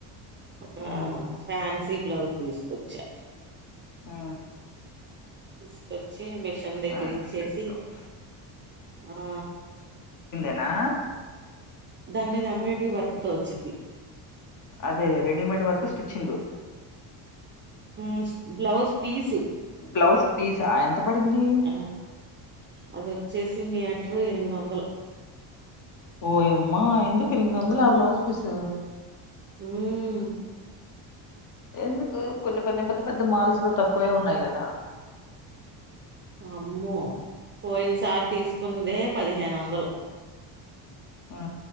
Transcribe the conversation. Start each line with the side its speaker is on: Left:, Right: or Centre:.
Right: ఒక
Left: ఉమ్,
Right: ఫ్యాన్సీ బ్లౌజ్ తీసుకొచ్చా
Left: ఆ
Right: తీసికోచ్ మిషన్ దగ్గరిచ్చేసి
Left: ఫ్యాన్సీ బ్లౌజ్
Right: ఆ
Left: నా
Right: దాన్ మీద ఎంబ్రాయిడరీ వర్క్తో వచ్చిది
Left: అదే రెడిీమేడ్ వర్కు స్టిచ్చింగ్
Right: మ్ బ్లౌజ్ పీసు
Left: బ్లౌజ్ పీస ఎంత పడింది
Right: అహ అదిొచ్చేసి మీటరు ఎనిమిది వందలు
Left: ఓయ్ అమ్మా ఎందుక్ ఎనిమిది వందలా బ్లౌజ్ పీసు
Right: ఉమ్
Left: ఎందుకు కొన్ని కొన్ని పెద్ద పెద్ద మాల్స్ లో తక్కువే ఉన్నాయి కదా
Right: అమ్మో పోయిన్ సార్ తీసుకున్నదే పదిహేను వందలు
Left: ఆ